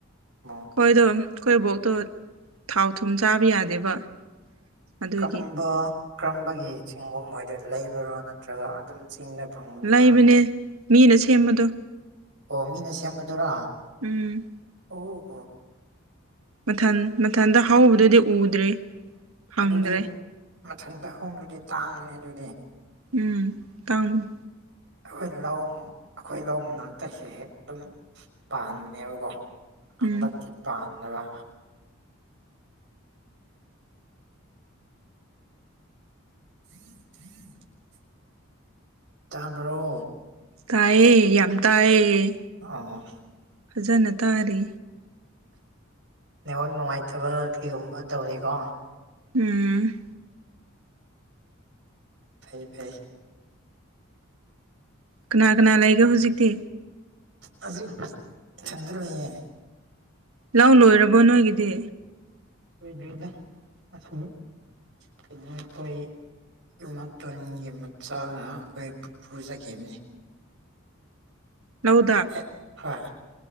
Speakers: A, on the right; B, on the right.
A: ꯎꯝ
B: ꯍꯣꯏꯗꯣ ꯑꯩꯈꯣꯏ ꯕꯣꯛꯇꯣ ꯊꯥꯎ ꯊꯨꯝ ꯆꯥꯕ ꯌꯥꯗꯦꯕ ꯑꯗꯨꯒꯤ
A: ꯀꯝꯕ ꯀꯔꯝꯕꯒꯤ ꯆꯤꯡꯒꯨꯝ ꯑꯣꯏꯗꯣꯏꯅꯣ ꯂꯩꯕꯔꯣ ꯅꯠꯇ꯭ꯔꯒ ꯑꯗꯨꯝ ꯆꯤꯡꯗ ꯐꯪꯕꯗꯨꯔꯥ
B: ꯂꯩꯕꯅꯦ ꯃꯤꯅ ꯁꯦꯝꯕꯗꯣ
A: ꯑꯣ ꯃꯤꯅ ꯁꯦꯝꯕꯗꯨꯔꯥ ꯑꯣꯍꯣ
B: ꯎꯝ ꯃꯊꯟ ꯃꯊꯟꯗ ꯍꯧꯕꯗꯨꯗꯤ ꯎꯗ꯭ꯔꯦ ꯐꯪꯗ꯭ꯔꯦ
A: ꯑꯗꯨꯗꯤ ꯃꯊꯟꯗ ꯍꯧꯕꯗꯨꯗꯤ ꯇꯥꯡꯕꯅꯤ ꯑꯗꯨꯗꯤ
B: ꯎꯝ ꯇꯥꯝ
A: ꯑꯩꯈꯣꯏ ꯂꯧ ꯑꯩꯈꯣꯏ ꯂꯧ ꯃꯅꯥꯛꯇ ꯍꯦꯛ ꯍꯦꯛ ꯑꯗꯨꯝ ꯄꯥꯟꯕꯅꯦꯕꯀꯣ ꯍꯟꯗꯛꯀꯤ
B: ꯎꯝ
A: ꯄꯥꯟꯗꯕ <inaudible> ꯇꯥꯕ꯭ꯔꯣ
B: ꯇꯥꯏꯌꯦ ꯌꯥꯝ ꯇꯥꯏꯌꯦ
A: ꯑꯥ
B: ꯐꯖꯟꯅ ꯇꯥꯔꯤ
A: ꯅꯦꯠꯋꯥꯛ ꯅꯨꯡꯉꯥꯏꯇꯕ ꯀꯩꯒꯨꯝꯕ ꯇꯧꯔꯤꯀꯣ
B: ꯎꯝ
A: ꯐꯩ ꯐꯩ
B: ꯀꯅꯥ ꯀꯅꯥ ꯂꯩꯒꯦ ꯍꯧꯖꯤꯛꯇꯤ
A: ꯍꯖꯤꯛꯇꯤ ꯏꯊꯟꯗ ꯂꯩꯌꯦ
B: ꯂꯧ ꯂꯣꯏꯔꯕꯣ ꯅꯣꯏꯒꯤꯗꯤ꯫
A: ꯂꯣꯏꯗꯔ꯭ꯤꯗ ꯉꯁꯤ ꯀꯩꯅꯣ ꯑꯩꯈꯣꯏ <unintelligible> ꯏꯃꯥꯇꯣꯟꯒꯤ ꯃꯆꯥꯅ ꯑꯩꯈꯣꯏ ꯄꯨꯄꯨ ꯆꯠꯈꯤꯕꯅꯤ꯫
B: ꯂꯧꯗ
A: ꯑꯦ ꯍꯣꯏ